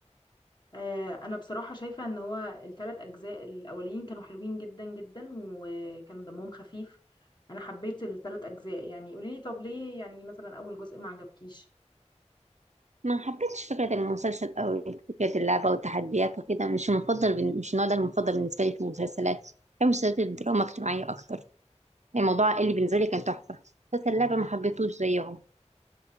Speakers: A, on the left (about 40°); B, on the right (about 75°).
A: آه، أنا بصراحة شايفة إن هو الثلاث أجزاء الأولين كانوا حلوين جدا جدا وكانوا دمهم خفيف أنا حبيت الثلاث أجزاء يعني قوليلي طب ليه يعني مثلا أول جزء ما عجبكيش
B: ما حبيتش فكره المسلسل قوي فكره اللعبه والتحديات وكده مش المفضل بن... مش النوع ده المفضل بالنسبه لي في المسلسلات بحب مسلسلات الدراما الاجتماعيه اكتر الموضوع اللي بالنسبه لي كان تحفه مسلسل اللعبه ما حبيتهوش زيهم